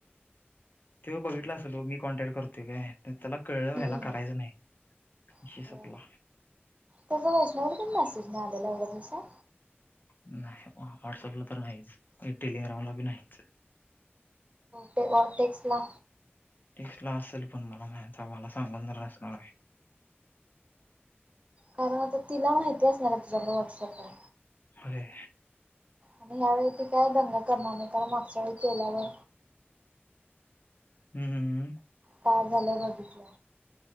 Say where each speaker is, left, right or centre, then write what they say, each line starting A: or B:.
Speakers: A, on the left (about 50°); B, on the right (about 30°).
A: त्यो बघितलं असल ओ मी कॉन्टॅक्ट करतो काय, अन त्याला कळलं
B: हम्म
A: ह्याला करायचं नाही. विषय
B: हो
A: सपला.
B: त्याचा वैष्णवीला पण मेसेज नाही आलेला एवढ्या दिवसात?
A: नाही, वा व्हॉट्सअपला तर नाहीच आणि टेलिग्रामला बी नाहीच.
B: ते अ टेक्सला.
A: टेक्स्ट ला असेल पण मला मा, आम्हाला सांगून जर असणार.
B: कारण आता तिला माहिती असणार आहे तुझ्याकडे व्हाट्सअप आहे.
A: व्हय.
B: आणि यावेळी ती काय दंगा करणार नाही, कारण मागच्या वेळी केल्यावर
A: हम्म,
B: काय झालंय बघितलं.